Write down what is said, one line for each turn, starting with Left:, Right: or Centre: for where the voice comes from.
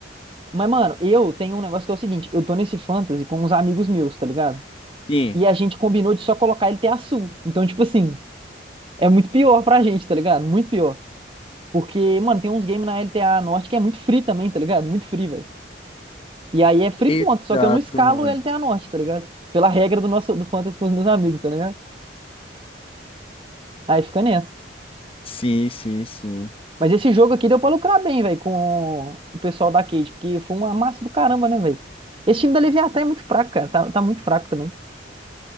Right: Mas, mano, eu tenho um negócio que é o seguinte, eu tô nesse fantasy com uns amigos meus, tá ligado?
Left: sim,
Right: E a gente combinou de só colocar ele ter azul. Então, tipo assim, é muito pior pra gente, tá ligado? Muito pior. Porque, mano, tem uns games na LTA Norte que é muito free também, tá ligado? Muito free, velho. E aí é free
Left: exato,
Right: ponto, só que eu não escalo
Left: mano.
Right: o LTA Norte, tá ligado? Pela regra do nosso do fantasy com os meus amigos, tá ligado? Aí fica nessa.
Left: Sim, sim, sim.
Right: Mas esse jogo aqui deu pra lucrar bem, velho, com o pessoal da Cade, porque foi uma massa do caramba, né, velho? Esse time da Leviatã é muito fraco, cara. Tá, tá muito fraco também.